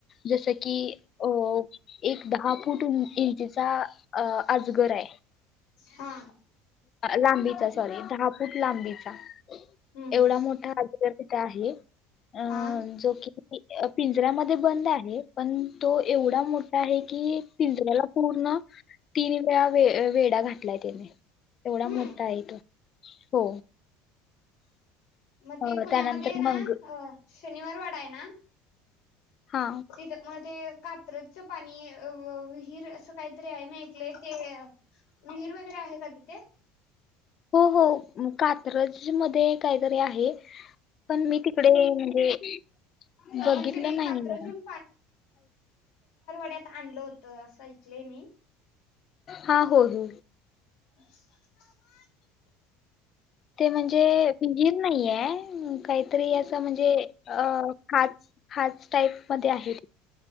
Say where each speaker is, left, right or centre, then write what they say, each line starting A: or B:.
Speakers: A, on the left; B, on the left.
A: जसं की अ एक दहा फूट इंचचा अ आजगर आहे.
B: हा
A: लांबीचा सॉरी, दहा फूट लांबीचा.
B: हम्म हम्म
A: एवढा मोठा आजगर तिथं आहे. अ
B: हा
A: जो कि पिंजऱ्यामध्ये बंद आहे. पण तो एवढा मोठा आहे. की पिंजऱ्याला पूर्ण तीन वेळा वे वेडा घातलाय. त्याने येवढा
B: हम्म
A: मोठा आहे तो. हो
B: मग
A: अ,
B: ते पुण्यामध्ये
A: त्यानंतर
B: ना
A: मंग
B: अ शनिवार वाडा आहे. ना
A: हा
B: तिथं म ते कात्रचं पाणी विहीर असं काहीतरी आहे. मी आइकलयं ते विहीर वगैरे आहे. का तिथे
A: हो हो कात्रज मध्ये काहीतरी आहे. पण मी तिकडे म्हणजे बघितलं
B: म्हणजे
A: नाही.
B: कात्रजून ड्यात आणल होत. असं ऐकले मी.
A: हा हो हो
B: <unintelligible>
A: ते म्हणजे विहीर, नाहीये. काहीतरी असं म्हणजे अ खाच खाच टाईपमध्ये आहे.